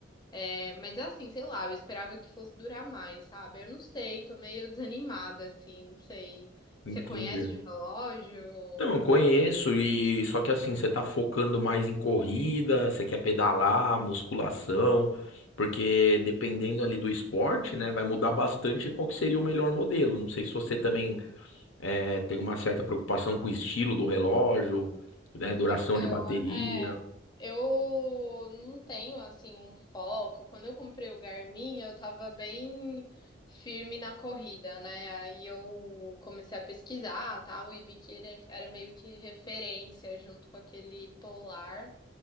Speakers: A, on the left; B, on the left.
A: É, mas assim, sei lá, eu esperava que fosse durar mais, sabe? Eu não sei, tô meio desanimada, assim, não sei.
B: entendi.
A: Você conhece de relógio?
B: Então, eu conheço e só que assim, você tá focando mais em corrida, você quer pedalar, musculação, porque dependendo ali do esporte, né, vai mudar bastante qual que seria o melhor modelo. Não sei se você também é, tem uma certa preocupação com o estilo do relógio, né, duração
A: Então,
B: de bateria.
A: é, eu não tenho assim um foco. Quando eu comprei o Garmin, eu tava bem firme na corrida, né? Aí eu comecei a pesquisar, tal, e vi que ele era meio que referência junto com aquele Polar